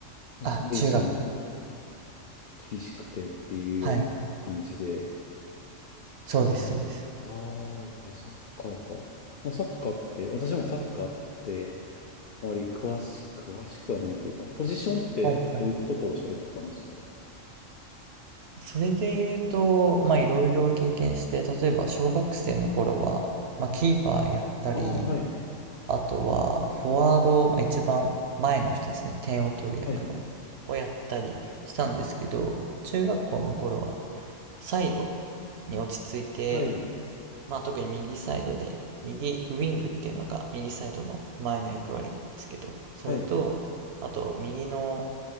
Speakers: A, on the left (about 65°); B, on the right (about 65°).
A: なんか名刺も
B: あ、中学で。
A: 厳しくてっていうような感じで、
B: はい。そうです、そうです。
A: ああ、かサッカーか。まあサッカーって、私もサッカーって、あまり詳しく、詳しくはないというか、ポジションってどういったところされてたんですか
B: はい、はい。それで言うと、まあいろいろ経験して、例えば小学生の頃は、まあキーパーやったり、
A: ああ、はい、
B: あとは、フォワード、まあ、一番前の人ですね、点を取る役の、
A: はい、
B: をやったりしたんですけど、中学校の頃は、サイドに落ち着いて、
A: はい、
B: まあ、特に右サイドで、右ウィングっていうのが右サイドの前の役割なんですけど、それと、
A: はい、
B: あと、右の、